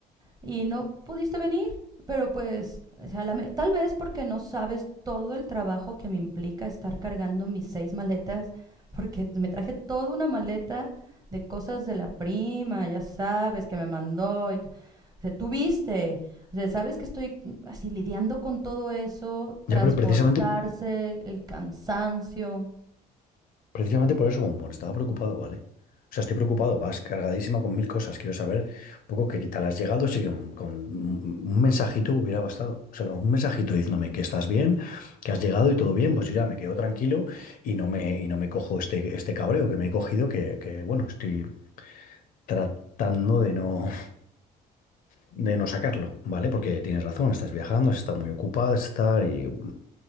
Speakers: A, on the right (about 20°); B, on the left (about 55°).
A: y no pudiste venir. Pero pues, o sea, la me- tal vez porque no sabes todo el trabajo que me implica estar cargando mis seis maletas, porque me traje toda una maleta de cosas de la prima, ya sabes, que me mandó y o sea, tú viste, o sea, sabes que estoy así lidiando con todo eso, transportarse,
B: ya, pero precisamente,
A: el cansancio.
B: Precisamente por eso, bombón, estaba preocupado, ¿vale? O sea, estoy preocupado, vas cargadísima con mil cosas. Quiero saber un poco qué tal has llegado, si con, con un un mensajito hubiera bastado. O sea, un mensajito diciéndome que estás bien, que has llegado y todo bien, pues yo ya me quedo tranquilo y no me, y no me cojo este, este cabreo que me he cogido, que, que, bueno, estoy tratando de no, de no sacarlo, ¿vale? Porque tienes razón, estás viajando, has estado muy ocupada, está y mm,